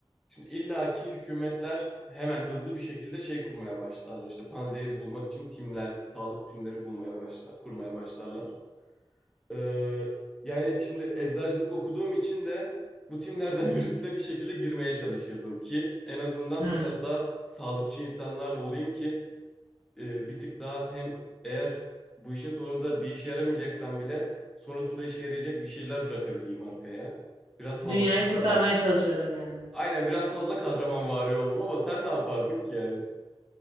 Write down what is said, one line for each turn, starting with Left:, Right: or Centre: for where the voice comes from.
Centre: Şimdi illaki hükümetler hemen hızlı bir şekilde şey kurmaya başlarlar. İşte panzehir bulmak için timler, sağlık timleri bulmaya başlar, kurmaya başlarlar. Ee, yani şimdi eczacılık okuduğum için de bu timlerden <laughs> birisine bir şekilde girmeye çalışırdım ki en azından
Right: Hmm.
Centre: biraz daha sağlıkçı insanlarla olayım ki e, bir tık daha hem eğer bu işin sonunda bir işe yaramayacaksan bile sonrasında işe yarayacak bir şeyler bırakabileyim arkaya. Biraz fazla
Right: Dünyayı
Centre: kahraman.
Right: kurtarmaya çalışırdın yani.
Centre: Aynen biraz fazla kahraman vari oldum ama sen ne yapardın ki yani?